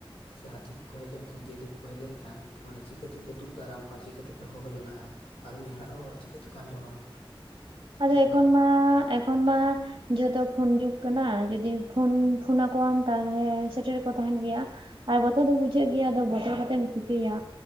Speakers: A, on the left; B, on the right.
A: ᱥᱮ, ᱦᱟᱹᱛᱤ ᱠᱚᱠᱚ ᱦᱮᱡ ᱞᱮᱱᱠᱷᱟᱱ, ᱡᱤᱭᱟᱹᱞᱤ ᱠᱚᱠᱚ, ᱦᱮᱡ ᱞᱮᱱᱠᱷᱟᱱ ᱢᱟᱱᱮ, ᱤᱠᱟᱹᱛᱮᱯᱮ, ᱫᱩᱜ ᱫᱟᱨᱟᱢᱚᱜᱼᱟ, ᱪᱤᱠᱟᱹᱛᱮᱯᱮ, ᱦᱚᱦᱚ ᱡᱚᱱᱟᱜᱼᱟ, ᱟᱨ ᱢᱤᱫ ᱦᱚᱲᱟᱜ ᱦᱚᱦᱚ, ᱪᱤᱠᱟᱹ ᱛᱮᱠᱚ ᱟᱸᱡᱚᱢᱟ?
B: ᱟᱫᱚ,
A: ᱱᱚᱝᱠᱟ
B: ᱮᱠᱷᱚᱱ ᱢᱟ, ᱮᱠᱷᱚᱱ ᱢᱟ, ᱡᱚᱛᱚ ᱯᱷᱳᱱ ᱡᱩᱜ ᱠᱟᱱᱟ, ᱡᱩᱫᱤ ᱯᱷᱳᱱ, ᱯᱷᱳᱱᱟ ᱠᱚᱣᱟᱢ, ᱛᱟᱦᱚᱞᱮ ᱥᱮᱴᱮᱨ ᱠᱚ, ᱛᱟᱦᱮᱱ ᱜᱮᱭᱟ ᱾ ᱟᱨ, ᱵᱚᱛᱚᱨ ᱫᱚ ᱵᱩᱡᱷᱟᱹᱜ ᱜᱮᱭᱟ, ᱟᱫᱚ, ᱵᱚᱛᱚᱨ ᱠᱟᱛᱮᱢ ᱪᱤᱠᱟᱹᱭᱟ,